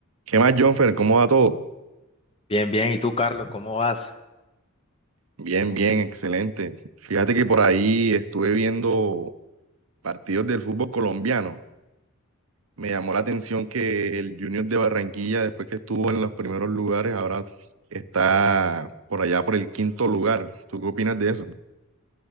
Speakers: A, on the right; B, on the left.
A: ¿Qué más, Jonfer? ¿Cómo va todo?
B: Bien, bien. ¿Y tú, Carlos, cómo vas?
A: Bien, bien, excelente. Fíjate que por ahí estuve viendo partidos del fútbol colombiano. Me llamó la atención que el Junior de Barranquilla, después que estuvo en los primeros lugares, ahora está por allá por el quinto lugar. ¿Tú qué opinas de eso?